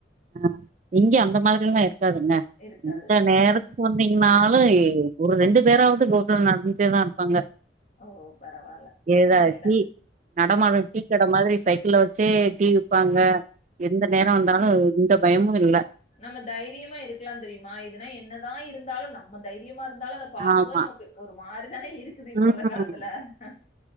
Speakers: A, on the right; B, on the left.
A: ஆ இங்க அந்த மாதிரல்லா இருக்காதுங்க
B: இருக்காது.
A: எந்த
B: ம்.
A: நேரத்துக்கு வந்தீங்கன்னாலு ஒரு ரெண்டு பேராவது ரோட்ல நடந்துட்டே தா இருப்பாங்க
B: ஓ பரவால பிரச்சன
A: ஏதா
B: இல்ல
A: டீ நடமாடு டீ கட மாதிரி சைக்கிள்ல வச்சே டீ விப்பாங்க எந்த நேர வந்தாலு எந்த பயமு இல்ல
B: நம்ம தைரியமா இருக்கலா தெரியுமா இதுனா என்னதா இருந்தாலு நம்ம தைரிய மா இருந்தாலு அத பாக்கும்போது
A: ஆமா
B: நமக்கு ஒரு மாரிதான இருக்குது இப்போ
A: ம்
B: உள்ள காலத்துல அ